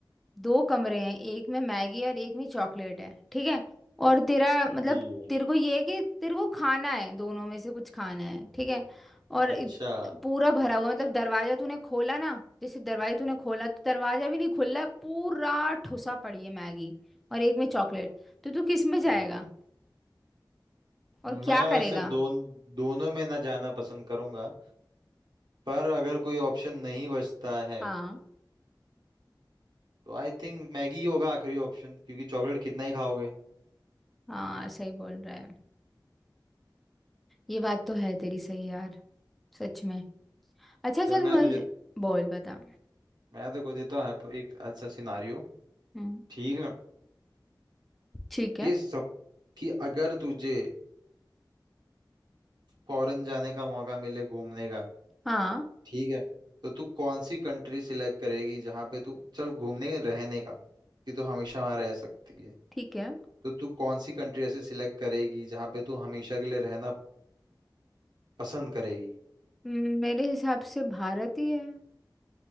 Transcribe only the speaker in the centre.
दो कमरे हैं एक में मैगी और एक में चॉकलेट है ठीक है और तेरा मतलब
तेरे को ये है कि तेरे को खाना है दोनों में से कुछ खाना है ठीक है और इत-
पूरा भरा हुआ मतलब दरवाजा तूने खोला ना जैसे दरवाजा तूने खोला तो दरवाजा भी नहीं खुल रहा पूरा ठुसा पड़ी है मैगी और एक में चॉकलेट तो तू किस में जाएगा
और
क्या
करेगा
हाँ
हाँ सही बोल रहा है ये बात तो है तेरी सही यार सच में अच्छा
चल
मुझे
बोल बता
हम्म
ठीक है
हाँ
ठीक है
हम्म, मेरे हिसाब से भारत ही है